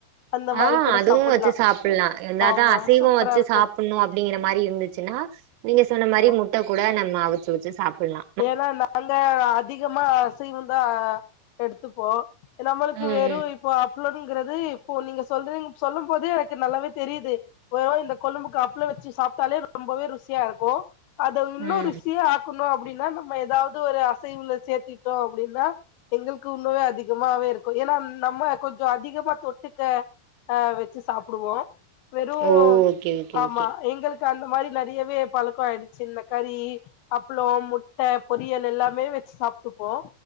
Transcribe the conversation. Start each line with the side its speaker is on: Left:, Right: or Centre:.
Left: அந்த
Right: அ
Left: மாரி கூட
Right: அதுவு
Left: சாப்புட்லா
Right: வச்சு சாப்டலா எனதான்
Left: ஆமா
Right: அசைவம்
Left: சூப்பரா
Right: வச்சு
Left: இருக்கு
Right: சாப்டணு அப்டிங்கிற மாரி இருந்துச்சுன்னா நீங்க சொன்ன மாரி
Left: ஆமா
Right: முட்ட கூட நம்ம அவிச்சு வச்சு சாப்டுலா
Left: ஏன்னா நாங்க அதிகமா அசைவ தான் எடுத்துப்போ நம்மளுக்கு
Right: ம்
Left: வெறு இப்போ அப்ளங்கிறது இப்ப நீங்க சொல்றீங்க சொல்லும் போது எனக்கு நல்லாவே தெரியுது வெறு இந்த கொழும்புக்கு அப் அப்பளம் வச்சு சாப்ட்டாலே ரொம்பவே ருசியா இருக்கு அத இன்னு
Right: ம் ம்
Left: ருசியே ஆக்கணு அப் அப்டின்னா நம்ம ஏதாவது ஒரு அசைவுல சேத்திட்டோ அப்டின்னா எங்களுக்கு இண்ணுவே அதிகமாவே இருக்கு ஏன்னா நம்ம கொஞ்சோ அதிகமா தொட்டுக்க அ வச்சு சாப்டுவோ வெறு
Right: ஓ ஓகே ஓகே
Left: ஆமா
Right: ஓகே
Left: எங்களு அந்த மாரி நெறையவே பழக்கோ ஆயிடுச்சு இந்த கறி அப்பளம் முட்ட பொரியல் எல்லாமே வச்சு சாப்ட்டுப்போ